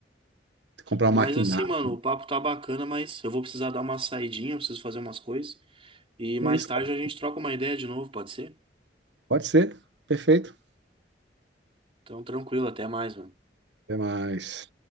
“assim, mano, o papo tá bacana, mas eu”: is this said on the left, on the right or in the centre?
Right